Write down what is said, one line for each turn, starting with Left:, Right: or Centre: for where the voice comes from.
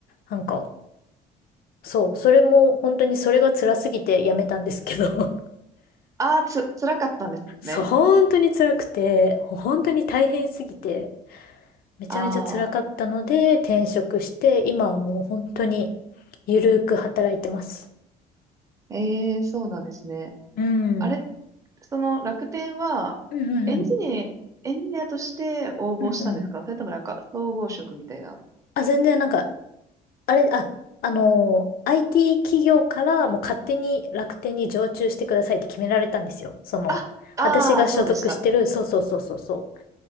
Left: なんか、そう、それも本当にそれが辛すぎてやめたんですけど
Right: ああ、つ、辛かったんですね。
Left: そう、本当に辛くて、本当に大変すぎて、めちゃめちゃ辛かったので、
Right: ああ。
Left: 転職して、今はもう本当に、ゆるーく働いてます。
Right: ええそうなんですね。
Left: うん。
Right: あれ、
Left: うん
Right: その楽天は、
Left: うんうん。
Right: エンジニア、エンジニアとして応募したんですかそれともなんか、
Left: うんうん。
Right: 総合職みたいな。
Left: あ、全然なんか、あれ、あ、あのー IT 企業からもう勝手に楽天に常駐してくださいって決められたんですよ。その、
Right: あ、ああ、
Left: 私が所属してる、
Right: そうでした。
Left: そうそうそうそうそう。